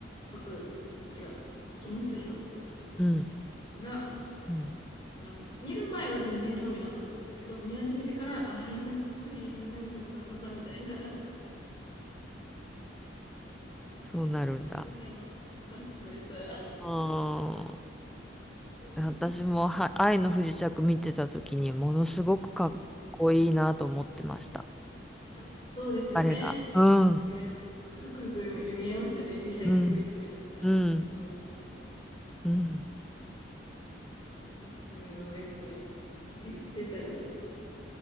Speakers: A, on the left (about 25°); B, in the centre.
A: パク、違う、キム・スヒョン
B: うん。
A: が、
B: うん
A: あの、見る前は全然興味なかったんですけど、見始めてから、ああ、やばい、かっこいい、何この旦那さんみたいな
B: そうなるんだ。
A: 完全にあの、感化された。は
B: あー私もは愛の不時着見てた時にものすごくかっこいいなと思ってました。
A: い。あ、そうですよね。
B: 彼が。うん。
A: うん、かっこよく見えますよね。実際かっこいいですけど。
B: うん。うん。
A: うん。
B: うん。
A: いや、またおすすめのやつがで出たら